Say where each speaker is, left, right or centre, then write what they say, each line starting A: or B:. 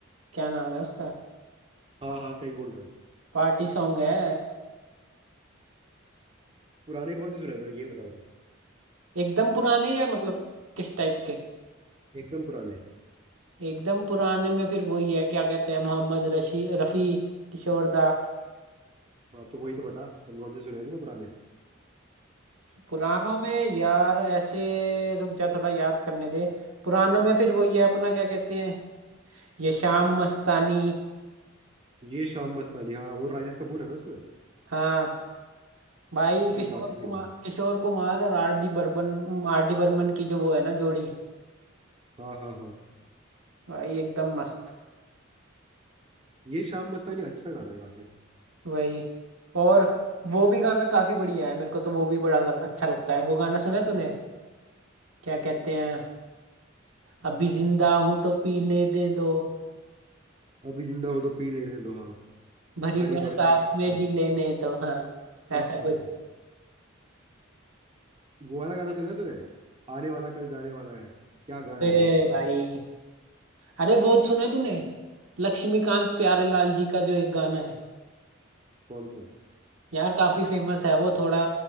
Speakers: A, on the right; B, on the right.
A: क्या नाम है उसका
B: हाँ हाँ सही बोल रहा है
A: पार्टी सॉन्ग है
B: पुराने कौन से सुने तूने ये बता दो
A: एकदम पुराने या मतलब किस टाइप के
B: एकदम पुराने
A: एकदम पुराने में फिर वही है क्या कहते हैं मोहम्मद रशी रफ़ी किशोर दा
B: हाँ तो वही तो बता कौन कौन से सुने हैं तूने पुराने
A: पुरानों में यार ऐसे रुक जा थोड़ा याद करने दे पुरानों में फिर वही है अपना क्या कहते हैं ये शाम मस्तानी
B: ये शाम मस्तानी हाँ वो राजेश कपूर है ना उसमें
A: हाँ भाई
B: अरे
A: किशोर
B: काफी सही
A: कुमार
B: गाना है
A: किशोर कुमार और आर डी बर्मन आर डी बर्मन की जो वो है ना जोड़ी
B: हाँ हाँ हाँ
A: भाई एकदम मस्त
B: ये शाम मस्तानी अच्छा गाना है काफी
A: वही और वो भी गाना काफी बढ़िया है मेरे को तो वो भी बड़ा लग, अच्छा लगता है वो गाना सुना है तूने क्या कहते हैं अभी जिंदा हूं तो पीने दे दो
B: अभी जिंदा हो तो पी लेने दो हाँ
A: भरी
B: भरी
A: बरसात
B: बरसात
A: में
B: पे
A: जी लेने तो हाँ
B: हाँ
A: ऐसा
B: हाँ
A: कुछ
B: हाँ वो वाला गाना सुना है तूने आने वाला कल जाने वाला है क्या गाना
A: ए
B: है भाई वो
A: भाई अरे वो सुना है तूने लक्ष्मीकांत प्यारेलाल जी का जो एक गाना है
B: कौन सा
A: यार काफी फेमस है वो थोड़ा